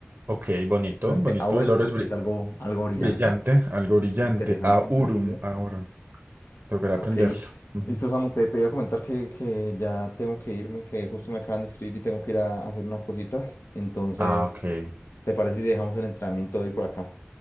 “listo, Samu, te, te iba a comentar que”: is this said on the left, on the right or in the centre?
Left